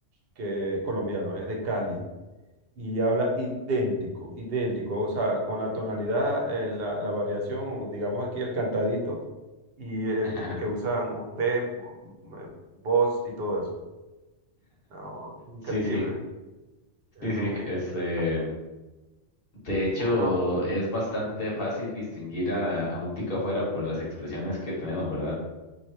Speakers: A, on the right; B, on the left.
A: que es colombiano, es de Cali y habla idéntico, idéntico, o sea, con la tonalidad, eh, la, la variación, o digamos aquí el cantadito y el
B: <laughs>
A: que usan usted, eh, vos y todo eso. No, increíble,
B: Sí, sí,
A: es
B: sí, sí,
A: lo mismo.
B: este...
A: Ah,
B: De hecho,
A: Bueno,
B: es bastante fácil distinguir a, a un tico afuera por las expresiones que tenemos, ¿verdad?